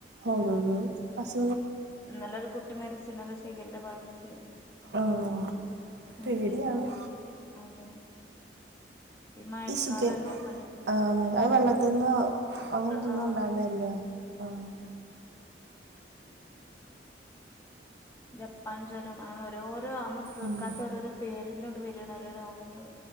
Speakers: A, on the right (about 75°); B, on the left (about 15°).
A: ഓരോന് അസു
B: ഇല്ലൊരു കുട്ടി മരിച്ച് നല്ല ശിഖല്ല ബാധിച്ചു
A: ആഹ്
B: മഞ്ചേരി
A: പേടിയാണ്
B: ഭഗ അതെ മഴക്കാലല്ലേ
A: ഈ ഷിഗെൽ
B: ഇപ്പല്ലേ
A: ആഹ് മഴ അയ് വെള്ളത്ത്ന്നോ അങ്ങെനെ എന്ത്ന്നോ
B: ആ
A: ഇണ്ടാവ്ണെ
B: അതെ
A: അല്ലെ? ആഹ്
B: ജപ്പാൻ ജ്വരം അങ്ങനെ ഓരോരോ അമ്മെൾ കേൾക്കാത്ത
A: ഉം
B: ഓരോരോ പേരിലുംണ്ട് വെരാണ് ഓരോ രോഗങ്ങെൾ